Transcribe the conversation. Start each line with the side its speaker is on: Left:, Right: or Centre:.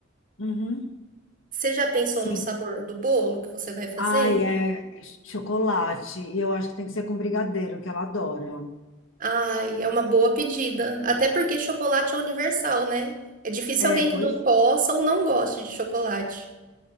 Left: Uhum.
Right: Você já pensou
Left: Sim.
Right: no sabor do bolo que você vai fazer?
Left: Ai, é chocolate. E eu acho que tem que ser com brigadeiro, que ela adora.
Right: Ai, é uma boa pedida. Até porque chocolate é universal, né? É difícil
Left: É,
Right: alguém
Left: pois.
Right: que não possa ou não goste de chocolate.